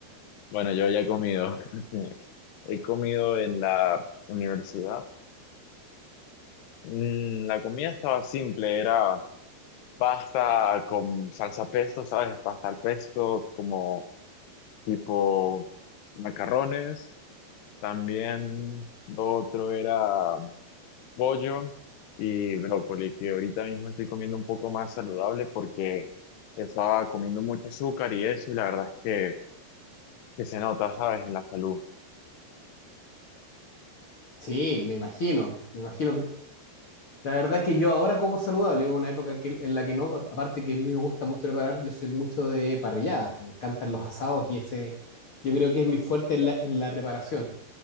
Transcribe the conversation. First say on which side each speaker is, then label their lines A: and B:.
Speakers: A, on the left (about 75°); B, on the left (about 40°).
A: bueno, yo ya he comido. <laughs> He comido en la universidad. Mm, La comida estaba simple, era pasta con salsa pesto, ¿sabes? Pasta al pesto, como tipo macarrones. También lo otro era pollo y brócoli, que ahorita mismo estoy comiendo un poco más saludable porque estaba comiendo mucho azúcar y eso, y la verdad es que, que se nota, ¿sabes? En la salud.
B: Sí, me imagino, me imagino. La verdad que yo ahora como saludable, hubo una época que- en la que no, por- aparte que a mí me gusta mucho preparar, yo soy mucho de parrilladas, me encantan los asados y ese, yo creo que es mi fuerte en la, en la preparación.